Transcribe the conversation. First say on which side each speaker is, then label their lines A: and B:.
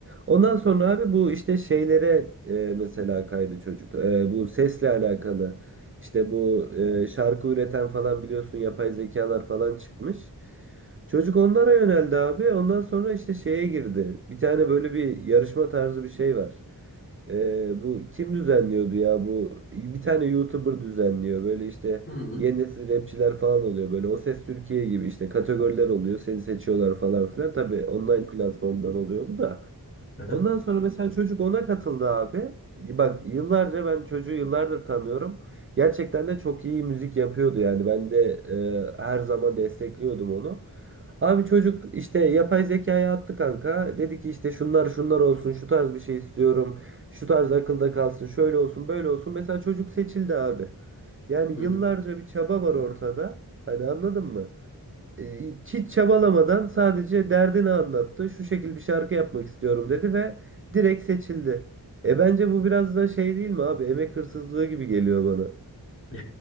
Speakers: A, on the right; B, on the left.
A: Ondan sonra abi bu işte şeylere e, mesela kaydı çocuk. E, bu sesle alakalı. İşte bu e, şarkı üreten falan biliyorsun yapay zekalar falan çıkmış. Çocuk onlara yöneldi abi. Ondan sonra işte şeye girdi. Bir tane böyle bir yarışma tarzı bir şey var. E, bu kim düzenliyordu ya bu? Bir tane YouTuber düzenliyor. Böyle işte
B: hı hı,
A: yeni nesil rapçiler falan oluyor. Böyle O Ses Türkiye gibi işte kategoriler oluyor. Seni seçiyorlar falan filan. Tabii online platformdan oluyor bu da.
B: Hmm, hı
A: Ondan
B: hı,
A: sonra mesela çocuk ona katıldı abi. Bak yıllarca ben çocuğu yıllardır tanıyorum. Gerçekten de çok iyi müzik yapıyordu yani. Ben de e, her zaman destekliyordum onu. Abi çocuk işte yapay zekaya attı kanka. Dedi ki işte şunlar şunlar olsun, şu tarz bir şey istiyorum. Şu tarz akılda kalsın, şöyle olsun, böyle olsun. Mesela çocuk seçildi abi. Yani
B: hı hı.
A: yıllarca bir çaba var ortada. Hani anladın mı? e, hiç çabalamadan sadece derdini anlattı. Şu şekil bir şarkı yapmak istiyorum dedi ve direkt seçildi. E bence bu biraz da şey değil mi abi? Emek hırsızlığı gibi geliyor bana.
B: <laughs>